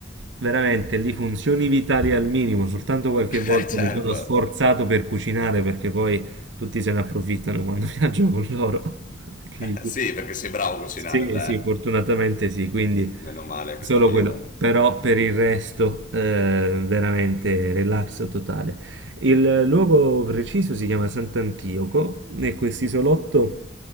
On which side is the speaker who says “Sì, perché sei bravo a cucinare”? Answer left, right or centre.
Left